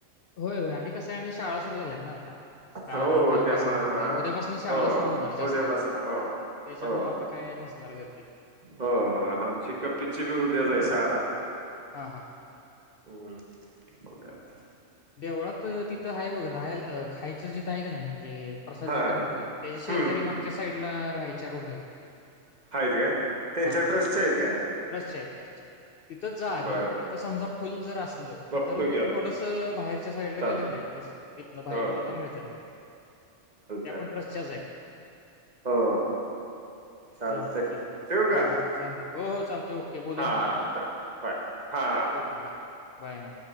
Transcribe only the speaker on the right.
हो
त्यामुळं हा
हो
उद्यापासन
हो हो
हो आमच्या कपीची पण उद्या आहे शाळा
हम्म ब ग <inaudible>
हा
हम्म
आहेत काय त्यांच्या
ट्रस्टच्या आहेत काय
बरं
बरं
बघतो
की आता
चालत
हो
चालत
चालतंय
हो चालतंय
ठेवू
का
हां
हां बाय हां